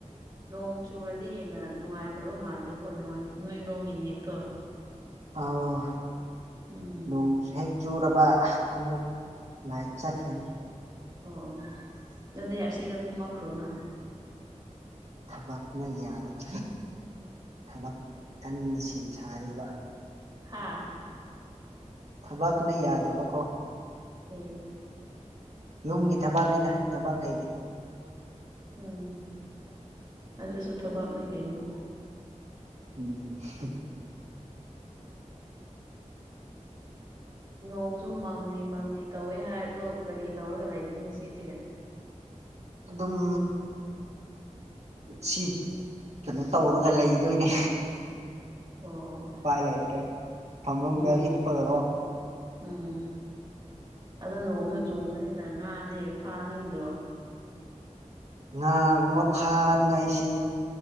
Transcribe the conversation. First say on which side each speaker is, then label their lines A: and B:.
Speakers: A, on the right (about 35°); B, on the right (about 60°).
A: ꯅꯣꯡ ꯆꯨꯔꯗꯤ ꯍꯦꯟꯅ ꯅꯨꯡꯉꯥꯏꯇꯕ ꯃꯥꯜꯂꯦꯀꯣ ꯅꯣꯏ ꯅꯣꯏꯔꯣꯝꯒꯤ ꯅꯦꯠꯇꯣ
B: ꯑꯧ
A: ꯎꯝ
B: ꯅꯣꯡ ꯍꯦꯛ ꯆꯨꯔꯕ ꯑꯃꯨꯛ ꯂꯥꯏꯠ ꯆꯠꯈ꯭ꯔꯅꯤ
A: ꯑꯣ ꯑꯣ ꯑꯣ ꯑꯗꯨꯗꯤ ꯑꯁꯤꯗ ꯀꯨꯝꯃꯛꯈ꯭ꯔꯣꯅ
B: ꯊꯕꯛꯅ ꯌꯥꯗꯕ ꯊꯕꯛ ꯀꯟꯅ ꯁꯦꯝ ꯁꯥꯔꯤꯕ
A: ꯍꯥꯥ
B: ꯊꯕꯛꯅ ꯌꯥꯗꯕꯀꯣ
A: ꯑꯦ ꯑꯦ
B: ꯌꯨꯝꯒꯤ ꯊꯕꯛꯅꯤꯗ ꯊꯕꯛ ꯍꯥꯏꯗꯤ
A: ꯎꯝ ꯑꯗꯨꯁꯨ ꯊꯕꯛꯅꯤ ꯀꯩꯅꯣ
B: ꯎꯝ ꯍꯨꯝ
A: ꯅꯣꯡꯁꯨ ꯃꯪꯂꯤ ꯃꯪꯂꯤ ꯇꯧꯋꯦ ꯍꯥꯏ ꯑꯗꯣ ꯀꯔꯤ ꯇꯧꯔꯒ ꯂꯩꯅꯤ ꯉꯁꯤꯗꯤ
B: ꯑꯗꯨꯝ ꯁꯤ ꯀꯩꯅꯣ ꯇꯧꯔꯒ ꯂꯩꯗꯣꯏꯅꯦ
A: ꯑꯣ ꯑꯣ ꯑꯣ
B: ꯎꯄꯥꯏ ꯂꯩꯇ꯭ꯔꯦ ꯐꯃꯨꯡꯗ
A: ꯎꯝ
B: ꯍꯤꯞꯄꯒ ꯀꯣ
A: ꯎꯝ ꯑꯗꯣ ꯅꯣꯡꯖꯨ ꯆꯨꯕꯅꯤꯅ ꯉꯥꯗꯤ ꯐꯥꯅꯤꯡꯗ꯭ꯔꯣ
B: ꯉꯥꯒꯨꯝꯕ ꯐꯥꯅꯤꯡꯉꯥꯏꯁꯤ